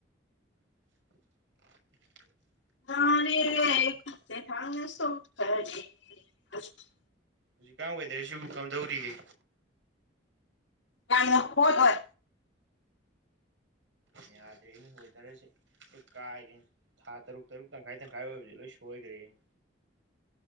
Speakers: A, on the right; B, on the left.
A: <unintelligible>
B: <unintelligible>
A: ꯍꯧꯖꯤꯛꯀꯥꯟ ꯋꯦꯗꯔꯖꯤꯕꯨ ꯀꯝꯗꯧꯔꯤꯒꯦ
B: ꯌꯥꯝꯅ ꯍꯣꯠ ꯑꯧ
A: ꯌꯥꯗ꯭ꯔꯦꯅꯦ ꯋꯦꯗꯔꯥꯁꯦ ꯂꯣꯏ ꯀꯥꯏꯔꯦ ꯊꯥ ꯇꯔꯨꯛ ꯇꯔꯨꯛ ꯇꯪꯈꯥꯏ ꯇꯪꯈꯥꯏ ꯑꯣꯏꯕꯖꯦ ꯂꯣꯏ ꯁꯣꯏꯒꯔꯦꯅꯦ